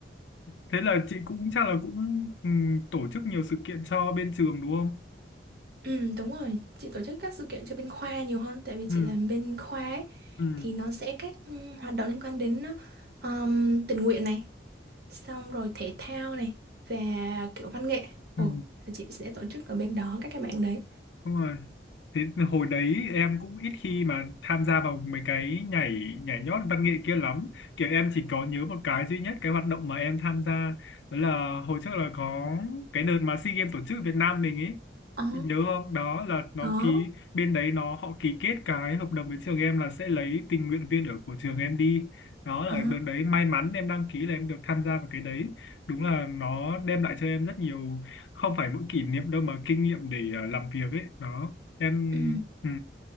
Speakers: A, on the left; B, on the right.
A: thế là chị cũng chắc là cũng ừ, tổ chức nhiều sự kiện cho bên trường đúng không?
B: Ừ, đúng rồi, chị tổ chức các sự kiện cho bên khoa nhiều hơn tại vì chị
A: Ừ,
B: làm bên khoa ấy,
A: ừ,
B: thì nó sẽ các ừ, hoạt động liên quan đến um, tình nguyện này, xong rồi thể thao này và kiểu văn nghệ. Ồ,
A: ừ,
B: là chị sẽ tổ chức ở bên đó các cái mạng đấy.
A: đúng rồi. Thế hồi đấy em cũng ít khi mà tham gia vào mấy cái nhảy nhảy nhót văn nghệ kia lắm. Kiểu em chỉ có nhớ một cái duy nhất cái hoạt động mà em tham gia đó là hồi trước là có cái đợt mà SEA Games tổ chức ở Việt Nam mình ấy.
B: Ồ,
A: Chị nhớ không? Đó là nó
B: có.
A: ký bên đấy nó họ ký kết cái hợp đồng với trường em là sẽ lấy tình nguyện viên ở của trường em đi. Đó
B: Ồ.
A: là đợt đấy may mắn em đăng ký là em được tham gia vào cái đấy. Đúng là nó đem lại cho em rất nhiều không phải mỗi kỷ niệm đâu mà kinh nghiệm để ờ, làm việc ấy. Đó em
B: Ừ.
A: ừ,